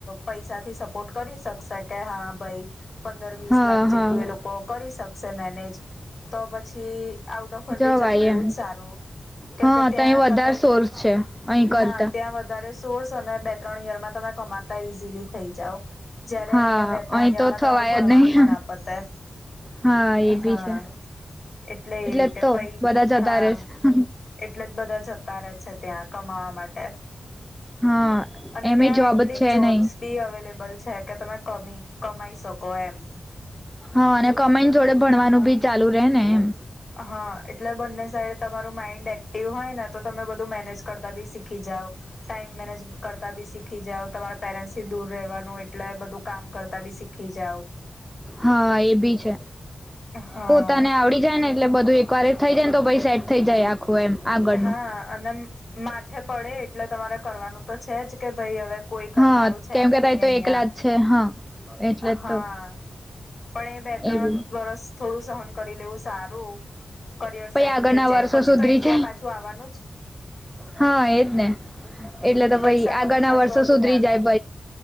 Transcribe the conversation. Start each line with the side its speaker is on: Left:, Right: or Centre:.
Left: પૈસાથી સપોર્ટ કરી શકશે કે હા ભાઈ પંદર વીસ
Centre: હા
Left: લાખ જેટલું
Centre: હા
Left: એ લોકો કરી શકે મેનેજ તો પછી આઉટ ઓફ કન્ટ્રી
Centre: જવાય
Left: જતું રહેવું
Centre: એમ
Left: જ સારું કેમકે
Centre: હા
Left: ત્યાં
Centre: તો અહી વધારે
Left: તમે
Centre: સોર્સ છે અહીં કરતા
Left: હા ત્યાં વધારે સોર્સ અને બે ત્રણ યરમાં તમે કમાતા ઈઝીલી થઈ જાાવ જયારે
Centre: હા
Left: અહિયાં બે ત્રણ
Centre: અહી
Left: યર
Centre: તો થવાય
Left: માં તમારું ભણવાનું
Centre: નહી
Left: જ ના પતે
Centre: હા એ બી
Left: હા
Centre: છે
Left: એટલે એ રીતે
Centre: જ તો બધા જતા
Left: હા
Centre: રહે છે
Left: એટલે બધા જતા રહે છે ત્યાં કમાવા માટે
Centre: હા
Left: અને
Centre: એમે
Left: ત્યાં
Centre: જોબ
Left: એટલી
Centre: જ છે
Left: જોબ્સ
Centre: નહી
Left: બી અવેલેબલ છે કે તમે કમી કમાઈ શકો એમ
Centre: હા અને કમેન્ટ જોડે ભણવાનું બી ચાલુ રહે ને એમ
Left: હા એટલે બંને સાઈડ તમારું માઈન્ડ એક્ટિવ હોય ને તો તમે બધું મેનેજ કરતા બી શીખી જાવ ટાઈમ મેનેજ કરતા બી શીખી જઓ તમારા પેરેન્ટ્સ દૂર રહેવા એટલે બધું કામ કરતા બી શીખી જાવ
Centre: હા એ ભી છે
Left: હા
Centre: પોતાને આવડી જાય ને એટલે બધું કરેક થઈ જાયને તો પછ સેટ થઈ જાય આખું એમ આગળનું
Left: હામ માથે પડે એટલે તમારે કરવાનું તો છે જ કે ભાઈ હવે કોઈ કરનારું
Centre: હા
Left: છે
Centre: કેમ
Left: નહી
Centre: કેતાય તો
Left: અહિયાં
Centre: એકલા જ છે હા એટલે જ
Left: હા
Centre: તો
Left: પણ એ બે ત્રણ
Centre: એવું
Left: વરસ થોડું સહન કરી લેવું સારું કરિયર
Centre: પછ
Left: સેટ
Centre: આગળના
Left: થઈ જાય
Centre: વર્ષો
Left: પછી
Centre: સુધરી
Left: તો ઈન્ડિયા
Centre: જાય
Left: પાછું આવવાનું જ
Centre: હા એજ ને એટલે તો
Left: પૈસા
Centre: પાઈ
Left: કમાઈને
Centre: આગળ ના
Left: પાછું
Centre: વર્ષો
Left: આવતું
Centre: સુધરી
Left: રેવાનું
Centre: જાય પ